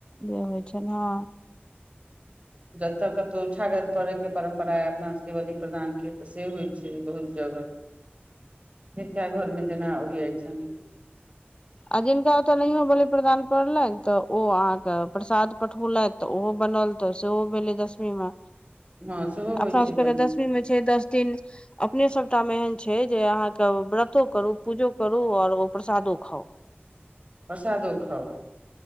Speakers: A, on the left; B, on the right.
A: जे होइ छै हँ
B: जतऽ कतौ छागर पड़ैके परम्परा अइ अपना सबके बलि प्रदानके तऽ से होइ छै बहुत जगह एकटा घरमे जेना ओड़ियाइ छन
A: आ जिनका ओतय नहियो बलि प्रदान पड़लैनि तऽ ओ अहाँके प्रसाद पठबौलथि तऽ ओहो बनल तऽ सेहो भेलै दसमी मे
B: हँ सेहो होइ
A: अपना
B: छै
A: सबके
B: कनि
A: तऽ दसमी मे छै दस दिन अपने सभटामे एहन छै जे अहाँके व्रतो करू पूजो करू आओर ओ प्रसादो खाउ
B: प्रसादो खाउ